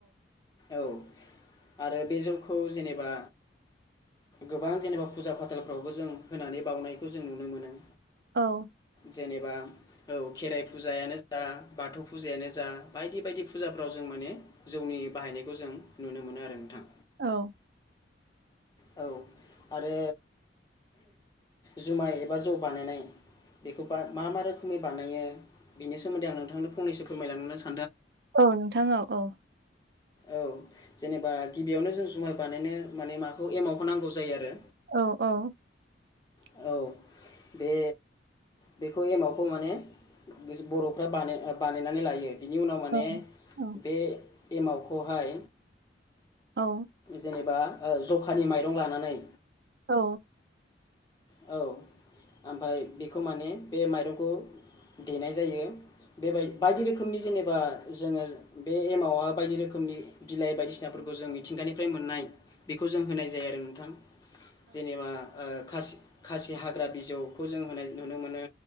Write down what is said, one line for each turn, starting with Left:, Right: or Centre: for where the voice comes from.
Left: औ आरो बे जौखौ जेनेबा गोबां जेनेबा फुजा फाथालफ्रावबो जों होनानै बावउनायखौ जों नुनो मोनो
Right: औ
Left: जेनेबा औ खेराइ फुजायानो जा बाथौ फुजायानो जा बायदि बायदि फुजाफ्राव जों माने माने जौनि बाहायनायखौ जों नुनो मोनो आरो नोंथां।
Right: औ
Left: औ आरो जुमाय एबा जौ बानायनाय बेखौ बा मा मा रोखोमै बानायो बेनि सोमोन्दै आं नोंथांनो फंनैसो फोरमायलांनो होनना सान
Right: औ नोंथां औ औ
Left: औ जेनेबा गिबियावनो जों जुमाय बानायनो माने माखौ एमावखौ नांगौ जायो आरो
Right: औ औ <inaudible>
Left: औ बे बेखौ एमावखौ माने बर'फ्रा बानायनानै लायो बिनि उनाव माने
Right: औ औ
Left: बे एमावखौहाय
Right: औ
Left: जेनेबा ओ जखानि माइरं लानानै
Right: औ।
Left: औ ओमफाय बेखौ माने बे माइरंखौ देनाय जायो बेबाय बायदि रोखोमनि जेनेबा <inaudible> बा जोङो बे एमावहाय बायदि रोखोमनि बिलाइ बायदिसिनाफोरखौ जों मिथिंगानिफ्राय मोननाय बेखौ जों होनाय जायो आरो नोंथां जेनेबा ओ खासि खासि हाग्रा बिजौखौ जों होनाय नुनो मोनो